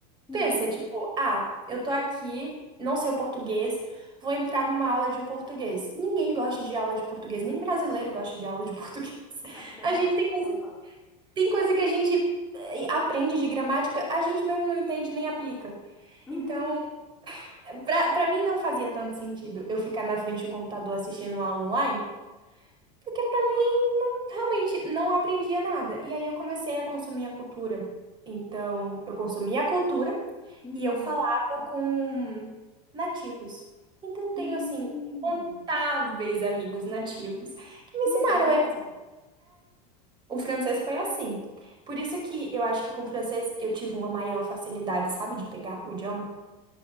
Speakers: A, in the centre; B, on the right (about 20°).
A: sim.
B: Pensa, tipo, ah, eu tô aqui, não sei o português, vou entrar numa aula de português. Ninguém gosta de aula de português, nem brasileiro gosta de aula de <laughs> português.
A: Não, isso
B: A
A: é real.
B: gente tem que
A: Então, fato.
B: Tem coisa que a gente eh, aprende de gramática, a gente mesmo não entende nem aplica.
A: Uhum,
B: Então, pra, pra mim não fazia tanto sentido eu ficar na frente do computador assistindo uma aula online, porque pra mim realmente não aprendia nada. E aí eu comecei a consumir a cultura. Então, eu consumia a cultura
A: uhum.
B: e eu falava com nativos. Então, eu tenho
A: Hum,
B: assim. Incontáveis amigos nativos que me
A: que
B: ensinaram
A: legal.
B: é, o francês foi assim. Por isso que eu acho que com o francês eu tive uma maior facilidade, sabe, de pegar o idioma.